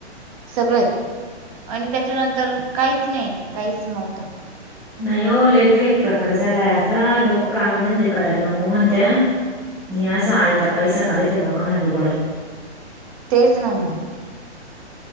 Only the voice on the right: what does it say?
सगळंय आणि त्याच्यानंतर काहीच नाही काहीच नव्हतं.
तेच ना म